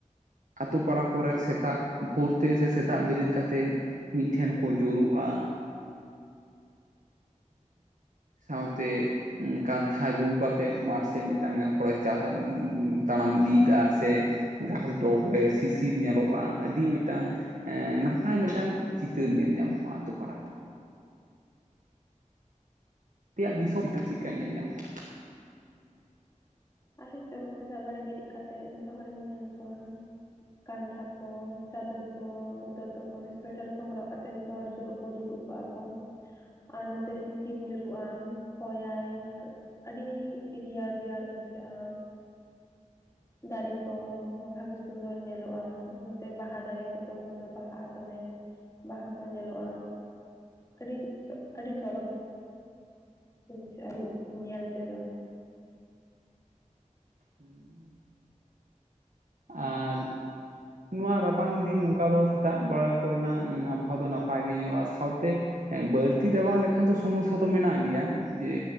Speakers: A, on the right; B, on the left.
A: ᱟᱛᱳ ᱯᱟᱲᱟ ᱠᱚᱨᱮ ᱥᱮᱛᱟᱜ ᱵᱷᱳᱨ ᱛᱮ ᱥᱮ ᱥᱮᱛᱟᱜ ᱵᱮᱨᱮᱫ ᱠᱟᱛᱮᱫ ᱢᱤᱫ ᱴᱷᱮᱱ ᱠᱚ ᱡᱳᱨᱳᱜᱼᱟ᱾ ᱥᱟᱶᱛᱮ ᱠᱟᱱᱛᱷᱟ ᱜᱩᱜᱩ ᱠᱟᱛᱮᱜ ᱢᱟᱴᱷ ᱥᱮᱫ ᱢᱤᱫᱴᱟᱱ ᱦᱚᱲᱮ ᱪᱟᱥ ᱛᱟᱲᱟᱢ ᱤᱫᱤᱭᱫᱟ, ᱥᱮ ᱜᱷᱟᱸᱥ ᱰᱚᱜᱽ ᱨᱮ ᱥᱤᱥᱤᱨ ᱧᱮᱞᱚᱜᱼᱟ, ᱟᱹᱰᱤ ᱢᱤᱴᱟᱝ ᱮᱸ ᱱᱟᱯᱟᱭ ᱢᱤᱫᱴᱟᱝ ᱪᱤᱛᱟᱹᱨ ᱧᱮᱞ ᱧᱟᱢᱚᱜᱼᱟ ᱟᱛᱳ ᱯᱟᱲᱟ ᱟᱯᱮᱭᱟᱜ ᱫᱤᱥᱚ ᱪᱤᱛᱟᱹ ᱪᱮᱜᱠᱟ ᱧᱮᱞ ᱧᱟᱢᱚᱜᱼᱟ?
B: ᱟᱞᱮ ᱥᱮᱫ ᱦᱚᱸ ᱥᱮᱛᱟᱜ ᱵᱮᱲᱟ ᱵᱮᱨᱮᱫ ᱠᱟᱛᱮᱜ ᱡᱷᱚᱛᱚ ᱦᱚᱲᱤᱧ ᱧᱮᱞ ᱠᱳᱣᱟ ᱠᱟᱱᱛᱷᱟ ᱠᱚ ᱪᱟᱫᱚᱨ ᱠᱚ ᱫᱚᱛᱚ ᱠᱚ ᱨᱮ ᱥᱳᱣᱮᱴᱟᱨ ᱠᱚ ᱦᱚᱨᱚᱜ ᱠᱟᱛᱮ ᱡᱷᱚᱛᱚ ᱦᱚᱲ ᱡᱳᱨᱳᱜ ᱠᱚ ᱫᱩᱲᱩᱵ ᱠᱚᱜᱼᱟᱠᱚ, ᱟᱨ ᱱᱚᱛᱮ ᱥᱤᱥᱤᱨ ᱧᱩᱨᱦᱩᱜᱼᱟ ᱦᱚᱭ ᱟᱭ ᱟᱨ ᱟᱹᱰᱤ ᱨᱤᱭᱟᱲ ᱨᱤᱭᱟᱲ ᱵᱩᱡᱷᱟᱹᱜᱼᱟ᱾
A: <inaudible>
B: ᱫᱟᱨᱮ ᱠᱚ ᱦᱚᱸ ᱵᱷᱟᱹᱜᱮ ᱥᱩᱱᱫᱚᱨ ᱧᱮᱞᱚᱜᱼᱟ, ᱱᱚᱛᱮ ᱵᱟᱦᱟ ᱫᱟᱨᱮ ᱠᱚ ᱛᱚᱠᱷᱚᱱ ᱫᱚ ᱵᱟᱦᱟᱜᱼᱟ ᱫᱚᱢᱮ᱾ ᱵᱟᱦᱟ ᱠᱚ ᱧᱮᱞᱚᱜᱼᱟ, ᱟᱹᱰᱤ ᱪᱚ ᱟᱹᱰᱤ ᱪᱚᱨᱚᱠ ᱜᱮ ᱵᱩᱡᱷᱟᱹᱜᱼᱟ ᱧᱮᱞ ᱛᱮᱫᱚ᱾
A: ᱩᱸᱻ ᱟᱨ ᱱᱚᱣᱟ ᱨᱟᱵᱟᱝ ᱫᱤᱱ ᱱᱚᱝᱠᱟ ᱫᱚ ᱥᱮᱛᱟᱜ ᱵᱟᱲᱟ ᱠᱚ ᱨᱮᱱᱟᱜ ᱟᱵᱚᱦᱟᱣᱟ ᱫᱚ ᱱᱟᱯᱟᱭ ᱜᱮ ᱧᱮᱞᱚᱜᱼᱟ, ᱥᱟᱶᱛᱮ ᱮᱸ ᱵᱟᱹᱲᱛᱤ ᱨᱟᱵᱟᱝ ᱞᱮᱠᱷᱟᱱ ᱫᱚ ᱥᱚᱢᱚᱥᱥᱟ ᱫᱚ ᱢᱮᱱᱟᱜ ᱜᱮᱭᱟ, ᱡᱮ